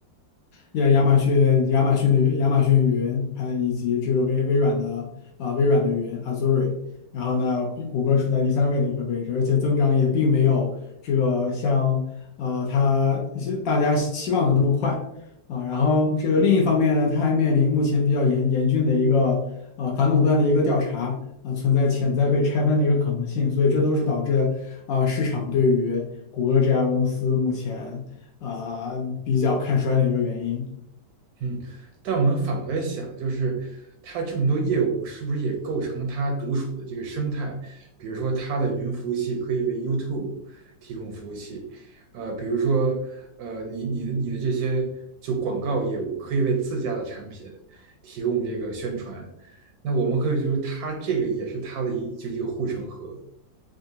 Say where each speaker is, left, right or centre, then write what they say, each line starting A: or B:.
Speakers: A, on the left; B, on the right.
A: 亚亚马逊亚马逊的云亚马逊云，还有以及这个微微软的啊、微软的云 Azure。然后呢，比谷歌处在第三位的一个位置，而且增长也并没有这个像呃它是大家期望的那么快啊。然后这个另一方面呢，它还面临目前比较严严峻的一个呃反垄断的一个调查啊、存在潜在被拆分的一个可能性，所以这都是导致啊、市场对于谷歌这家公司目前啊、比较看衰的一个原因。
B: 嗯，但我们反过来想，就是它这么多业务，是不是也构成了它独属的这个生态？比如说，它的云服务器可以为 YouTube 提供服务器，呃，比如说，呃，你你你的这些就广告业务可以为自家的产品提供这个宣传。那我们可以就是它这个也是它的一就一个护城河，